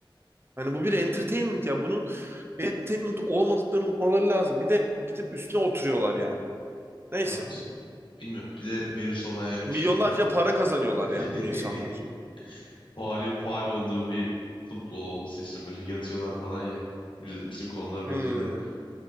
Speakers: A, on the right (about 25°); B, on the left (about 70°).
A: Hani bu bir entertainment ya. Bunun entertainment olmadıklarını unutmaları lazım. Bir de gidip üstüne oturuyorlar yani. Neyse.
B: Haklısın ya. Bilmiyorum. Bir de benim son hayalim
A: Milyonlarca
B: şey.
A: para kazanıyorlar
B: <laughs>
A: yani bu insanlar.
B: Faalin faal olduğu bir futbol olması istiyorum. Böyle yatıyorlar falan ya. Biz- Bizim konular benziyor
A: Hmm,
B: da.